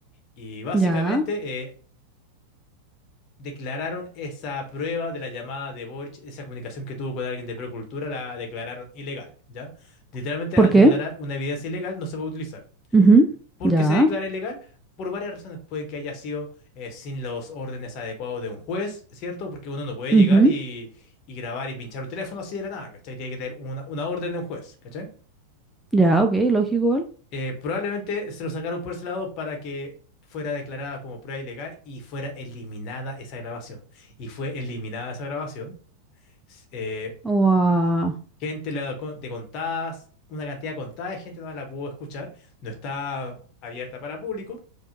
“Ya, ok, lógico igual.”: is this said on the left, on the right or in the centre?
Centre